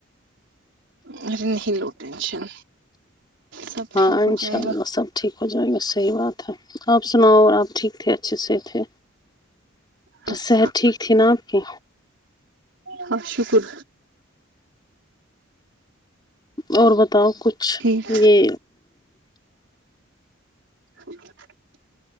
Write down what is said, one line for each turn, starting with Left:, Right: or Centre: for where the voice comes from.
Right: ارے نہیں لو ٹینشن سب
Left: ہاں
Right: ٹھیک
Left: انشاء
Right: ہو جائے
Left: اللہ
Right: گا
Left: سب ٹھیک ہو جائے گا صحیح بات ہے آپ سناؤ اور آپ ٹھیک تھے اچھے سے تھے
Right: بس
Left: صحت ٹھیک تھی نا آپ کی
Right: ہاں شکر
Left: اور بتاؤ کچھ
Right: ٹھیک
Left: یہ
Right: <inaudible>